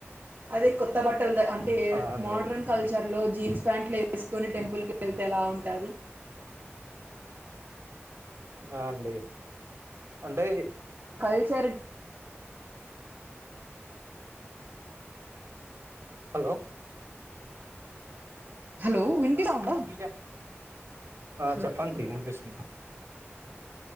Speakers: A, on the right; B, on the right.
A: అదే కొ త్త బట్టల్దే అంటే
B: ఆ అండి
A: మోడ్రన్ కల్చర్ లో జీన్స్ ప్యాంట్లు వ వేసుకొని టెంపుల్కి వెళ్తే ఎలా ఉంటుంది
B: ఆ అండి అంటే
A: కల్చర్
B: హలో
A: హలో
B: ఒంటర ప
A: వినిపిస్తా ఉందా
B: ఆ
A: హలో
B: చెప్పండి వినిపిస్తుది